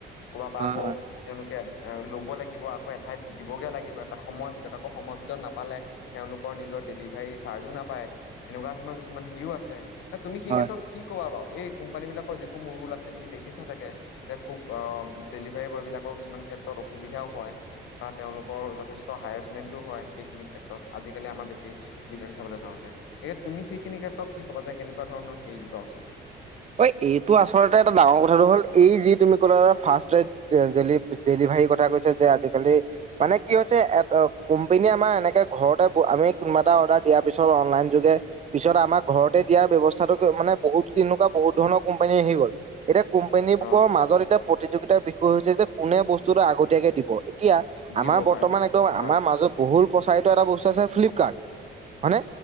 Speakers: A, on the left; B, on the right.
A: কৰবাৰ পা আকৌ
B: হয়
A: তেওঁলোকে ল'ব লাগিব আকৌ এঠাইত দিবগৈ লাগিব এটা সময়ৰ ভিতৰত আকৌ সময়ৰ ভিতৰত নাপালে তেঁওলোকৰ নিজৰ ডেলিভাৰী চাৰ্জো নাপায় এনেকুৱা ধৰণৰ কিছুমান হেৰিও আছে এ তুমি সেই
B: হয়
A: ক্ষেত্ৰত কি কবা বাও এই কোম্পানী বিলাকৰ যিসমূহ ৰোল আছে তুমি দেখ খিছা চাগে যে খুব অ ডেলিভাৰী বয় বিলাকৰ কিছুমান ক্ষেত্ৰত অসুবিধাও হয়। বা তেওঁলোকৰ যথেষ্ট হাৰেছমেণ্টো হয় সেইখিনি ক্ষেত্ৰত আজিকালি আমাৰ বেছি সুবিধাটো চাবলে যাওঁতে একে তুমি সেইখিনি ক্ষেত্ৰত কি ক'বা যে কেনেকুৱা ধৰণৰ সেই লৱা উচিত।
B: ঐ এইটো আচলতে এটা ডাঙৰ কথাটো হ'ল এই যি তুমি ক'লা যে ফাৰ্ষ্ট ট্ৰাইদ যে জেলিপ ডেলিভাৰীৰ কথা কৈছে যে আজিকালি মানে কি হৈছে এ ত কোম্পানীয়ে আমাৰ এনেকে ঘৰতে আমি কোনোবা এটা অৰ্ডাৰ দিয়া পিছত অনলাইন যোগে পিছত আমাক ঘৰতে দিয়াৰ ব্যৱস্থাটো গৈ মানে বহুত কিনোকাপ বহুত ধৰণৰ কোম্পানী আহি গ'ল এতিয়া কোম্পানী বোৰৰ
A: অ
B: মাজত এতিয়া প্ৰতিযোগিতাৰ বিষয় হৈছে যে কোনে বস্তুটো আগতীয়াকে দিব এতিয়া আমাৰ
A: দিব
B: বৰ্তমান
A: পাৰে
B: একদম
A: হয়
B: আমাৰ মাজত বহুল প্ৰচাৰিত এটা বস্তু আছে ফ্লিপকাৰ্ট হয়নে,